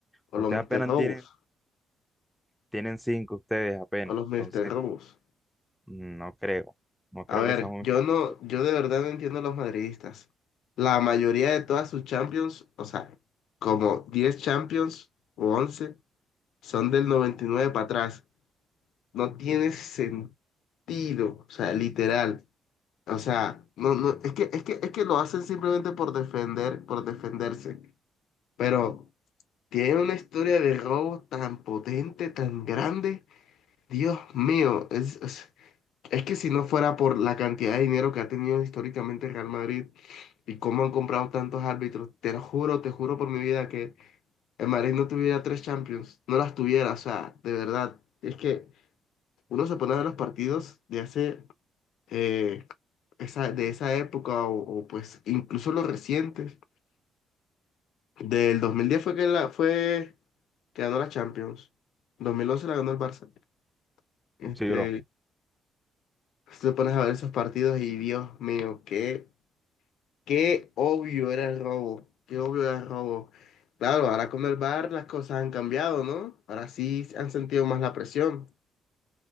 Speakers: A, on the left (about 75°); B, in the centre.
A: O
B: Ustedes
A: los Mr.
B: apenas
A: Robos,
B: tienen, tienen 5 ustedes apenas.
A: o los Mr.
B: Entonces,
A: Robos.
B: Mm, No creo. No creo
A: A ver,
B: que seamos
A: yo
B: Mr.
A: no,
B: Robot.
A: yo de verdad no entiendo a los madridistas. La mayoría de todas sus Champions, o sea, como 10 Champions o 11, son del 99 para atrás. No tiene sentido, o sea, literal. O sea, no, no, es que, es que, es que lo hacen simplemente por defender, por defenderse. Pero tiene una historia de robo tan potente, tan grande. Dios mío, es, es- es que si no fuera por la cantidad de dinero que ha tenido históricamente el Real Madrid y cómo han comprado tantos árbitros, te lo juro, te juro por mi vida que el Madrid no tuviera tres Champions, no las tuviera, o sea, de verdad. Es que uno se pone a ver los partidos de hace, eh, esa, de esa época o, o, pues incluso los recientes. Del 2010 fue que, la, fue que ganó la Champions, 2011 la ganó el Barça. Este,
B: Sí, bro.
A: si te pones a ver esos partidos y Dios mío, qué. Qué obvio era el robo, qué obvio era el robo. Claro, ahora con el bar las cosas han cambiado, ¿no? Ahora sí han sentido más la presión.